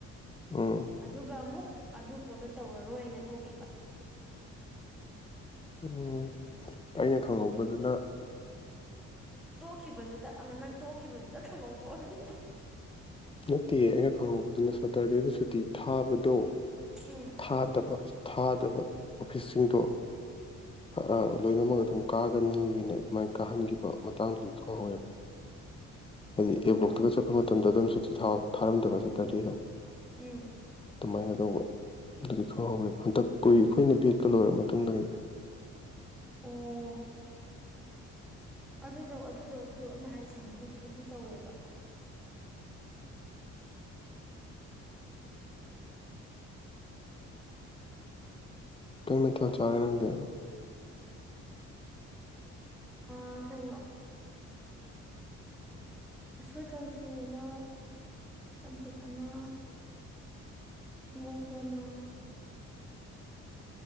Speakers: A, on the left; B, in the centre.
A: ꯎꯝ
B: ꯑꯗꯨꯒ ꯑꯃꯨꯛ ꯑꯗꯨ ꯄꯣꯠꯇ ꯇꯧꯔꯔꯣꯏꯅ ꯇꯣꯛꯈꯤꯕ
A: ꯎꯝ ꯑꯩꯅ ꯈꯪꯍꯧꯕꯗꯅ
B: ꯇꯣꯛꯈꯤꯕꯗꯨꯗ ꯅꯪ ꯇꯣꯛꯈꯤꯕꯗꯨꯗ ꯈꯪꯍꯧꯕ ꯑꯣꯏꯔꯅꯤ
A: ꯅꯠꯇꯤꯌꯦ ꯑꯩꯅ ꯈꯪꯍꯧꯕꯗꯨꯅ ꯁꯇꯔꯗꯦꯗ ꯁꯨꯇꯤ ꯊꯥꯕꯗꯣ
B: ꯎꯝ
A: ꯊꯥꯗꯕ ꯊꯥꯗꯕ ꯑꯣꯐꯤꯁꯁꯤꯡꯗꯣ ꯑꯥ ꯂꯣꯏꯅꯃꯛ ꯑꯗꯨꯝ ꯀꯥꯒꯅꯤꯅ ꯑꯗꯨꯃꯥꯏꯅ ꯀꯥꯍꯟꯈꯤꯕ ꯃꯇꯥꯡꯗꯨꯗꯤ ꯈꯪꯍꯧꯋꯦꯕ ꯍꯥꯏꯗꯤ
B: ꯑꯣ
A: ꯑꯦ ꯕꯣꯛꯇꯒ ꯆꯠꯄ ꯃꯇꯝꯗ ꯑꯗꯨꯝ ꯁꯨꯇꯤ ꯊꯥꯔꯝꯗꯕ ꯁꯇꯔꯗꯦꯗ
B: ꯎꯝ
A: ꯑꯗꯨꯃꯥꯏꯅ ꯇꯧꯕ ꯑꯗꯨꯗꯤ ꯈꯪꯍꯧꯋꯦꯕ ꯍꯟꯗꯛ ꯀꯨꯏ ꯑꯩꯈꯣꯏꯅ ꯕꯦꯠꯀ ꯂꯣꯏꯔ ꯃꯇꯨꯡꯗꯅꯤꯗ <inaudible>
B: ꯑꯣ ꯑꯗꯨꯗꯣ ꯑꯗꯨꯗꯣ ꯑꯗꯨꯗꯣ ꯑꯩꯅ ꯍꯥꯏꯁꯤꯅꯦ ꯍꯧꯖꯤꯛ ꯑꯗꯨ ꯇꯧꯋꯦꯕ
A: ꯀꯩ ꯃꯊꯦꯜ ꯆꯥꯔꯦ ꯅꯪꯗꯤ
B: ꯑꯥ ꯀꯩꯅꯣ ꯎꯁꯣꯏ ꯀꯥꯡꯁꯨ ꯑꯃ ꯆꯝꯐꯨꯠ ꯑꯃ ꯉꯧꯕ ꯑꯃ